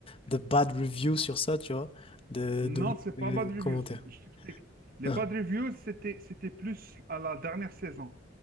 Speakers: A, on the left (about 30°); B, on the right (about 50°).
A: de bad reviews sur ça, tu vois, de,
B: Non,
A: de,
B: c'est
A: mauvais
B: pas Bad Reviews.
A: commentaires.
B: Je t'explique. Les
A: Ah,
B: Bad Reviews, c'était c'était plus à la dernière saison.